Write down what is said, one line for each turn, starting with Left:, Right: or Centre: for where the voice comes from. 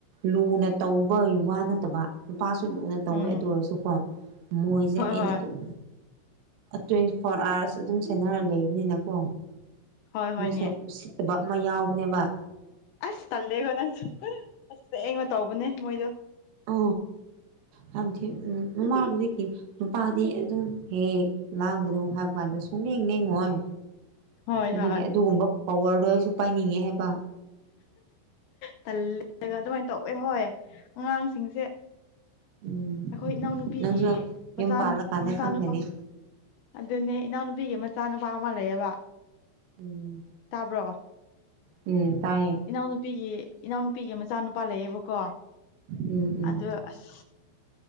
Right: ꯂꯨꯅ ꯇꯧꯕ ꯋꯥ ꯅꯠꯇꯕ ꯂꯨꯄꯥ ꯁꯨ ꯂꯨꯅ ꯇꯧꯋꯦ
Left: ꯎꯝ
Right: ꯑꯗꯨ ꯑꯣꯏꯔꯁꯨꯀꯣ ꯃꯣꯏꯁꯦ
Left: ꯍꯣꯏ
Right: ꯑꯩꯅ
Left: ꯍꯣꯏ
Right: ꯑꯗꯨꯝ ꯇ꯭ꯋꯦꯟꯇꯤ ꯐꯣꯔ ꯑꯥꯋꯥꯔꯁ ꯑꯗꯨꯝ ꯁꯦꯟꯅꯔ ꯂꯩꯕꯅꯤꯅꯀꯣ
Left: ꯍꯣꯏ ꯍꯣꯏꯅꯦ
Right: ꯃꯣꯏꯁꯦ ꯎꯁꯤꯠꯇꯕ ꯑꯃ ꯌꯥꯎꯕꯅꯦꯕ
Left: ꯑꯁ ꯇꯜꯂꯦꯀꯣ ꯅꯪꯁꯨ ꯑꯁ ꯑꯩꯅ ꯇꯧꯕꯅꯦ ꯃꯣꯏꯗꯣ
Right: ꯑ ꯍꯥꯏꯕꯗꯤ ꯎꯝ ꯃꯃꯥꯕꯨꯗꯤ ꯃꯄꯥꯗꯤ ꯑꯗꯨꯝ ꯍꯦ ꯂꯥꯡꯒꯅꯨ ꯅꯨ ꯍꯥꯏꯕ ꯀꯥꯟꯗ ꯁꯨꯝꯂꯦꯡ ꯂꯦꯡꯉꯣꯏ
Left: ꯍꯣꯏ
Right: ꯑꯗꯨꯒꯤ
Left: ꯍꯣꯏ
Right: ꯑꯗꯨꯒꯨꯝꯕ ꯄꯋꯥꯔꯗꯣ ꯑꯩꯁꯨ ꯄꯥꯏꯅꯤꯡꯉꯦ ꯍꯥꯏꯕ
Left: ꯇꯜꯂꯦꯒ ꯑꯗꯨꯃꯥꯏꯅ ꯇꯧꯋꯦ ꯍꯣꯏ ꯑꯉꯥꯡꯁꯤꯡꯁꯦ
Right: ꯎꯝ
Left: ꯑꯩꯈꯣꯏ ꯏꯅꯥꯎꯅꯨꯄꯤꯒꯤ
Right: ꯅꯪꯁꯨ
Left: ꯃꯆꯥ
Right: ꯌꯨꯝ ꯄꯥꯜꯂꯀꯥꯟꯗ
Left: ꯃꯆꯥꯅꯨꯄꯥ
Right: ꯈꯪꯒꯅꯤ
Left: ꯑꯗꯨꯅꯦ ꯏꯅꯥꯎꯅꯨꯄꯤꯒꯤ ꯃꯆꯥ ꯅꯨꯨꯄꯥ ꯑꯃ ꯂꯩꯌꯦꯕ
Right: ꯎꯝ
Left: ꯇꯥꯕ꯭ꯔꯣ
Right: ꯎꯝ ꯇꯥꯏꯌꯦ
Left: ꯏꯅꯥꯎꯅꯨꯄꯤꯒꯤ ꯏꯅꯥꯎꯅꯨꯄꯤꯒꯤ ꯃꯆꯥꯅꯨꯄꯥ ꯂꯩꯌꯦꯕꯀꯣ
Right: ꯎꯝ ꯎꯝ
Left: ꯑꯗꯨ ꯑꯁ